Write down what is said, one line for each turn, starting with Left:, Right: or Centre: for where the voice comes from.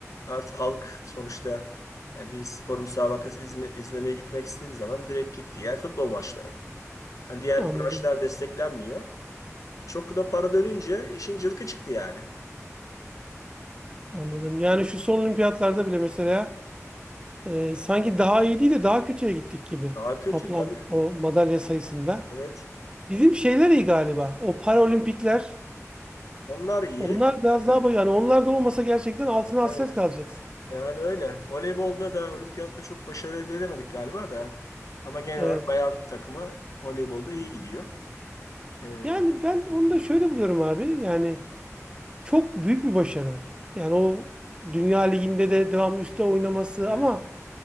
Left: artık halk sonuçta e, bir spor müsabakası izme- izlemeye gitmek istediği zaman direkt gitti. Diğer futbol maçları. Yani diğer
Right: anladım,
Left: branşlar desteklenmiyor. E, çok da para dönünce işin cılkı çıktı yani.
Right: anladım.
Left: E,
Right: Yani şu son olimpiyatlarda bile mesela Ee, sanki daha iyi değil de daha kötüye gittik gibi
Left: Daha kötü
Right: toplam
Left: tabii.
Right: o madalya sayısında.
Left: Evet.
Right: Bizim şeyler iyi galiba. O Paralimpikler
Left: Onlar iyi.
Right: onlar biraz daha böyle- yani onlar da olmasa gerçekten altına
Left: Evet.
Right: hasret kalacağız.
Left: Yani öyle. Voleybolda da olimpiyatta çok başarı elde edemedik galiba da. Ama genel
Right: Evet.
Left: olarak bayan takımı voleybolda iyi gidiyor. Ee,
Right: Yani ben onu da şöyle buluyorum abi. Yani çok büyük bir başarı. Yani o Dünya Ligi'nde de devamlı üstte oynaması
Left: evet,
Right: ama